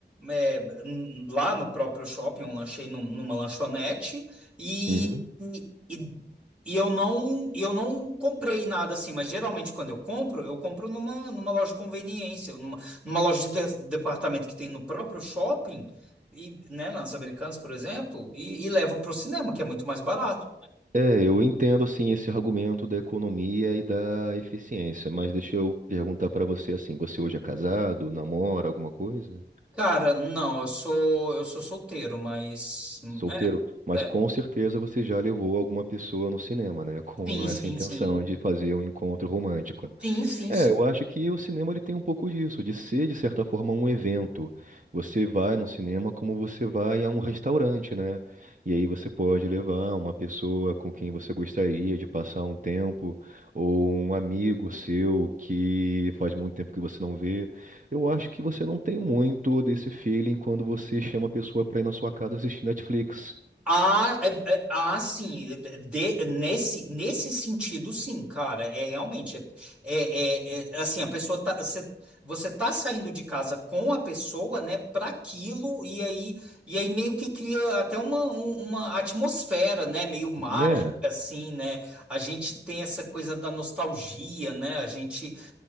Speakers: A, in the centre; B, on the right (about 45°).
A: É, n- lá no próprio shopping, eu lanchei num- numa lanchonete e,
B: Uhum.
A: e, e e eu não, e eu não comprei nada assim, mas geralmente quando eu compro, eu compro numa, numa loja de conveniência, numa, numa loja de, de- departamento que tem no próprio shopping, e, né, nas Americanas, por exemplo, e, e levo para o cinema, que é muito mais barato.
B: É, é, eu entendo assim esse argumento da economia e da eficiência, mas deixa eu perguntar pra você assim, você hoje é casado, namora alguma coisa?
A: Cara, não, eu sou, eu sou solteiro, mas.
B: Solteiro, mas
A: é, é,
B: com certeza você já levou alguma pessoa no cinema, né? Com
A: sim,
B: essa
A: sim,
B: intenção
A: sim.
B: de fazer um encontro romântico.
A: Sim, sim,
B: É,
A: sim.
B: eu acho que o cinema ele tem um pouco disso, de ser, de certa forma, um evento. Você vai no cinema como você vai a um restaurante, né? E aí você pode levar uma pessoa com quem você gostaria de passar um tempo, ou um amigo seu que faz muito tempo que você não vê. Eu acho que você não tem muito desse feeling quando você chama a pessoa para ir na sua casa assistir Netflix,
A: Ah, é- é- ah, sim, de- nesse, nesse sentido, sim, cara, é realmente, é, é- é- é, assim, a pessoa tá, você, você tá saindo de casa com a pessoa, né, para aquilo, e aí, e aí meio que cria até uma, um- uma atmosfera, né, meio mágica,
B: né?
A: assim, né, a gente tem essa coisa da nostalgia, né, a gente,